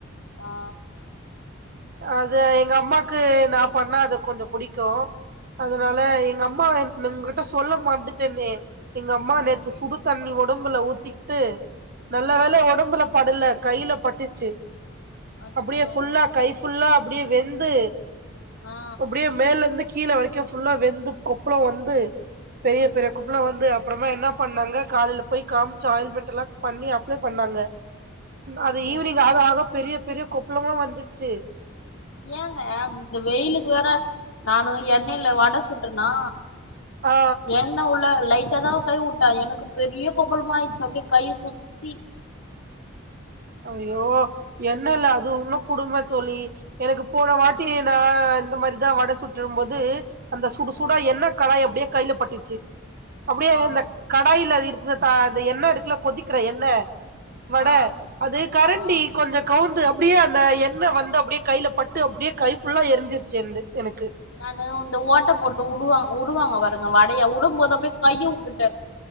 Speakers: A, on the left (about 75°); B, on the right (about 45°).
A: ஆ
B: அது எங்க அம்மாக்கு நா பண்ணா அத கொஞ்சோ புடிக்கு அதனால
A: ம்
B: எங்க அம்மாவ என் உங்ககிட்ட சொல்ல மறந்துட்டனே எங்க அம்மா
A: ம்
B: நேத்து சுடு தண்ணி ஒடம் ஒடம்புல ஊத்திக்கிட்டு நல்ல
A: ம்
B: வேல ஒடம்புல படல கையில பட்டுச்சு
A: அச்சச்சோ
B: அப்டியே ஃபுல்லா கை ஃபுல்லா அப்படியே வெந்து
A: ஆ
B: அப்படியே மேல இருந்து கீழ வரைக்கு ஃபுல்லா வெந்து கொப்புளோ வந்து பெரிய
A: அய்யய்யோ
B: பெரிய கொப்புளோ வந்து அப்புறமா என்ன பண்ணாங்க காலையில போய் காமிச்சோம் ஆயில்மெண்ட்லா பண்ணி அப்ளை பண்ணாங்க அது
A: ம்
B: ஈவினிங் ஆக ஆக பெரிய பெரிய கொப்பளமா வந்து ச்சு
A: ஏங்க அ இந்த வெயிலுக்கு வேற நானும் ட்டில வடை சுட்டேனா
B: ஆ
A: எண்ண உள்ள லைட் ஏதாவது கை வுட்ட எனக்கு பெரிய கொப்பளமா ஆயிச்சு அப்டியே கைய சுத்தி
B: அய்யோ எண்ணெய் இல்ல அது இன்னும் கொடும்மை தோழி எனக்கு போன வாட்டி
A: ஆ
B: நான் இந்த மாதிரிதான் வடை சுட்டரும்போது அந்த சுடுசுடா
A: ம்
B: என்ன கடாய் அப்படியே கையில பட்டுச்சு அப்டியே
A: ஆ
B: இந்த கடாயில பா அந்த எண்ண இருக்ல கொதிக்கிற எண்ண வட
A: ஆ
B: அது கரண்டி
A: ஆ
B: கொஞ்சம் கவுந்து அப் அப்படியே அந்த எண்ணெ வந்து அப்டியே கையில பட்டு அப்டியே கை ஃபுல்லா எரிஞ்சிரிச்சி எனக்கு
A: நான இந்த ஓட்டை போட்டு விடுவா விடுவாங்க வரது வடையா விடும்போது அப்படிய் கையையும் விட்டுட்டன்